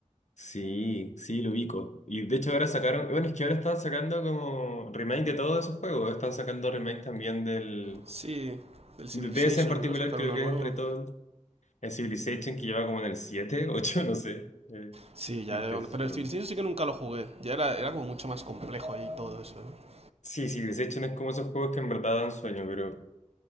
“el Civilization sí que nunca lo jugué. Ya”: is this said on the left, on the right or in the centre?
Right